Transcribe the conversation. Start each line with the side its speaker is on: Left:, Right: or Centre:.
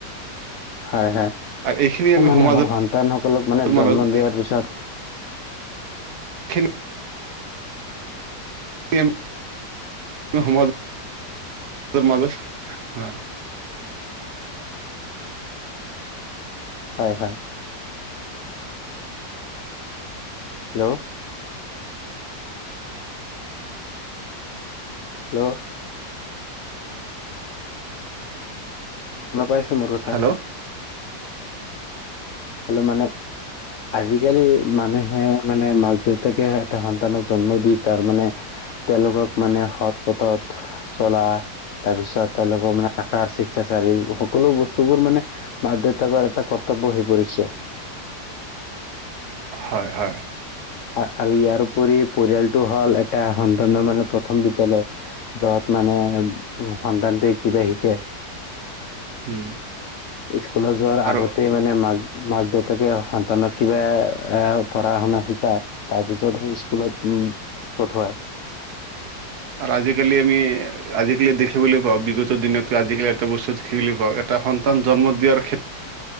Left: হয়, হয়
Right: আৰু এইখিনি আমি
Left: মানে
Right: সমাজত
Left: সন্তান সকলক মানে
Right: মাজত
Left: জন্ম দিয়া তাৰপিছত
Right: এইখিনি <unintelligible>
Left: হয় হয়। হেল্ল'? হেল্ল'। লব আহিছে মোৰ কথা।
Right: হেল্ল'
Left: হেল্ল' মানে। আজিকালি মানুহে মানে মাক দেউতাকে এটা সন্তানক জন্ম দি তাৰ মানে তেওঁলোকক মানে সৎ পথত চলা তাৰপিছত তেওঁলোকৰ মানে আহাৰ শিকাচাৰী সকলো বস্তুবোৰ মানে বাধ্যতা কৰ এটা কৰ্তব্য হৈ পৰিছে।
Right: হয়, হয়।
Left: আৰু ইয়াৰ উপৰি পৰিয়ালটো হ'ল এটা সন্তানৰ মানে প্ৰথম বিদলত। যত মানে সন্তানটোৱে কিবা শিকে।
Right: উম।
Left: স্কুলত যোৱাৰ আগতে
Right: আৰু
Left: মানে মাক মাক দেউতাকে সন্তানক কিবা পঢ়া শুনা শিকায়, তাৰ পিছত হে স্কুলত উম, পথুৱাই।
Right: আৰু আজিকালি আমি আজিকালি দেখিবলৈ পাওঁ বিগত দিনত আজিকালি এটা বস্তু দেখিবলৈ পাওঁ এটা সন্তান জন্ম দিয়াৰ ক্ষেত্ৰত